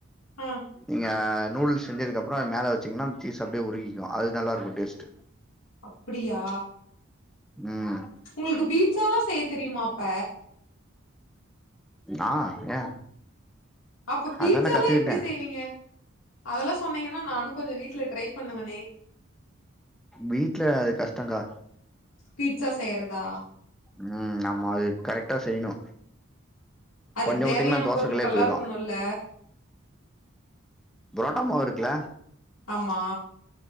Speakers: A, on the left; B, in the centre.
A: ஆ
B: நீங்க நூடுல்ஸ் செஞ்சதுக்கப்றோஅத் மேல வச்சீங்னா சீஸ் அப்டியே உருகிடு அதுநல்லா இருக்கு டேஸ்ட்டு
A: அப்டியா
B: ம்
A: உங்ளுக்கு பீட்ஸால்லா செய்ய தெரியுமா அப்ப
B: ஆ ஏ
A: அப்ப பீட்ஸாலா
B: அதான கத்துக்கிட்டே
A: எப்டி செய்வீங்க அதல்லா சொன்னீங்கன்னா நானு கொஞ்சோ வீட்ல ட்ரை பண்ணுவனே
B: வீட்ல அது கஷ்டங்கா
A: பீட்சா செய்யறதா
B: ம் ஆமா அது கரெக்டா செய்யணு
A: அதுக்கு
B: கொஞ்சோ வுடிங்கன்னா
A: தேவையான
B: தோச
A: பொருட்கள்லா
B: கல்லே போயிடு
A: இருக்கணுல்ல
B: புரோட்டா மாவு இருக்குல்ல
A: ஆமா